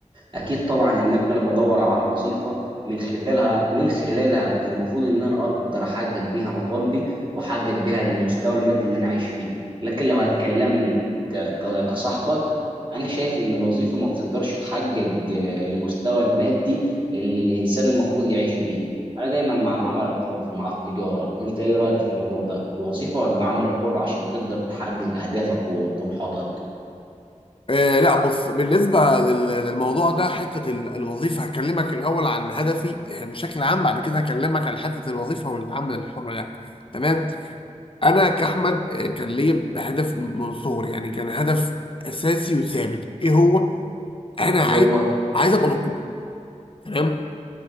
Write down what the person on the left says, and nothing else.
آه لا بص بالنسبة لل- للموضوع ده حتة ال- الوظيفة هكلمك الأول عن هدفي آه، بشكل عام بعد كده هكلمك عن حتة الوظيفة والعمل الحر يعني تمام أنا كأحمد آه، كان ليا هدف من صغري يعني كان هدف أساسي وثابت إيه هو؟ أنا عايز
عايز أبقى دكتور تمام